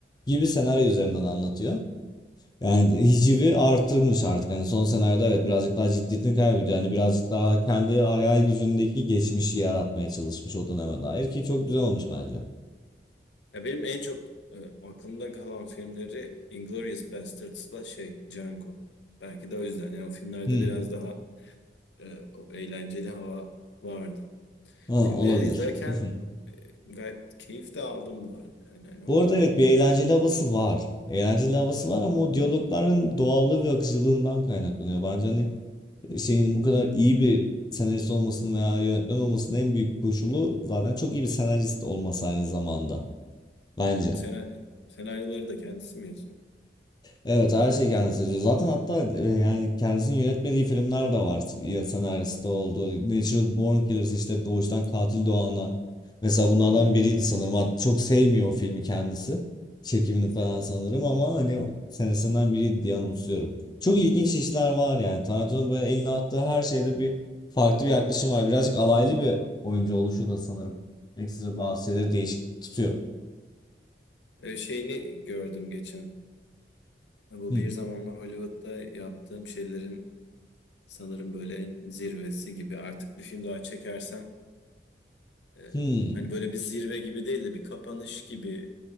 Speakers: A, on the left; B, on the left.
A: gibi senaryo üzerinden anlatıyor. Yani hicivi artırmış artık. Hani son senaryoda evet birazcık daha ciddiyetini kaybediyor. Yani birazcık daha kendi hayal gücündeki geçmişi yaratmaya çalışmış o döneme dair ki çok güzel olmuş bence.
B: Ya benim en çok e, aklımda kalan filmleri Inglourious Bastards'la şey Django. Belki de o yüzden. Yani o filmlerde
A: Hmm.
B: biraz daha e, o eğlenceli hava vardı.
A: Ha,
B: Filmleri
A: olabilir.
B: izlerken
A: <laughs>
B: gayet keyif de aldım bu arada. Yani hani orada
A: Bu arada evet bir eğlenceli havası var. Eğlenceli havası var ama o diyalogların doğallığı ve akıcılığından kaynaklanıyor. Bence hani şeyin bu kadar iyi bir senarist olmasının veya yönetmen olmasının en büyük koşulu zaten çok iyi bir senarist olması aynı zamanda. Bence.
B: sena- senaryoları da kendisi mi yazıyor
A: Evet
B: filmlerde?
A: her şeyi kendisi yazıyor. Zaten hatta e, yani kendisinin yönetmediği filmler de var. Ya senaristi oldu. Natural Born Killers işte doğuştan katil doğanlar. Mesela bunlardan
B: Hmm.
A: biriydi sanırım. Hat- çok sevmiyor o filmi kendisi. Çekimini falan sanırım ama hani o senesinden biriydi diye anımsıyorum. Çok ilginç işler var yani. Tarantino'nun böyle eline attığı her şeyde bir farklı bir yaklaşım var. Birazcık alaylı bir oyuncu oluşu da sanırım. Ekstra bazı şeyleri değişik tutuyor.
B: E, şeyini gördüm geçen. Bu
A: Hmm.
B: bir zamanlar Hollywood'da yaptığım şeylerin Sanırım böyle en zirvesi gibi artık bir film daha çekersem e,
A: Hmm.
B: hani böyle bir zirve gibi değil de bir kapanış gibi